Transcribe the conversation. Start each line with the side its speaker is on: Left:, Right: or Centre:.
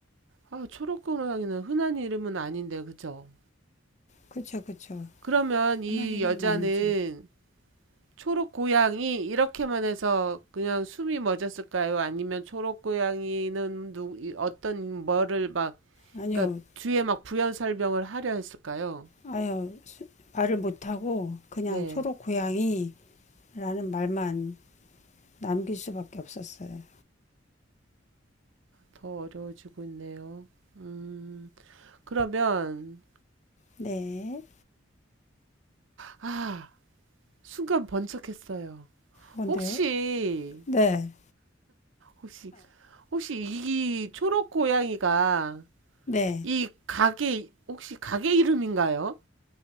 Right: 아, 초록고양이는 흔한 이름은 아닌데, 그죠?
Left: 그쵸, 그쵸.
Right: 그러면 이
Left: 하는 이름은
Right: 여자는
Left: 아니죠.
Right: 초록고양이 이렇게만 해서 그냥 숨이 멎었을까요? 아니면 초록고양이는 누, 어떤 뭐를 막
Left: 아니요,
Right: 그러니까 뒤에 막 부연 설명을 하려 했을까요?
Left: 아유, 말을 못하고 그냥
Right: 네,
Left: 초록 고양이라는 말만 남길 수밖에 없었어요.
Right: 더 어려워지고 있네요. 음, 그러면
Left: 네.
Right: 아, 순간 번쩍했어요.
Left: 뭔데요?
Right: 혹시
Left: 네.
Right: 혹시 혹시 이 초록 고양이가
Left: 네.
Right: 이 가게 혹시 가게 이름인가요?